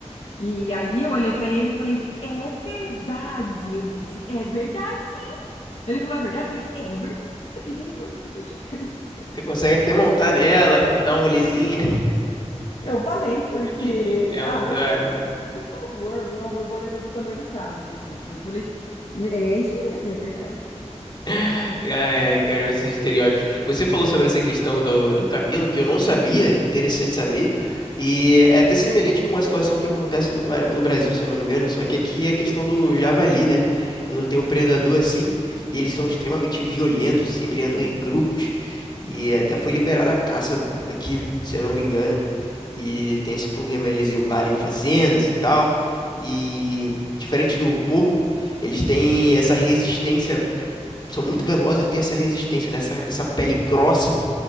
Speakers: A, on the left (about 60°); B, on the left (about 40°).
A: E aí eu olhei para ele e falei, é verdade, eu disse, é verdade sim. Ele falou, é verdade? Eu falei, é verdade, aqui tem borboleta gigante.
B: Você consegue até montar nela, dar um rolezinho.
A: Eu falei porque,
B: <laughs> Realmente
A: ah,
B: é.
A: favor, viu? Uma borboleta do tamanho do carro, ele disse. Eu falei, é isso mesmo, é verdade.
B: Ai, ai, cara, esses estereótipos. Você falou sobre essa questão do, do Camilo, que eu não sabia, interessante saber. E é até semelhante com a situação que acontece no, Bar- no Brasil, se eu não me engano, só que aqui é a questão do javali, né? E não tem um predador assim, e eles são extremamente violentos, sempre andam em grupos. E até foi liberada a caça aqui, se eu não me engano. E tem esse problema, eles invadem fazendas e tal. E diferente do porco, eles têm essa resistência são muito velozes e têm essa resistência, né? Essa, essa pele grossa